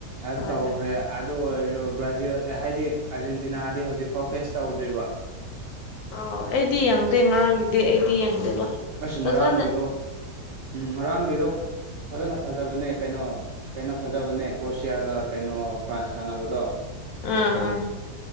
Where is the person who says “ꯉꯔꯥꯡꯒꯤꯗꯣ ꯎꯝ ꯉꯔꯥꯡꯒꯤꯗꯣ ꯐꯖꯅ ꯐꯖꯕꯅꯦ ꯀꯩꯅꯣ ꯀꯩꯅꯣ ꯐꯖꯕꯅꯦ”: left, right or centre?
Right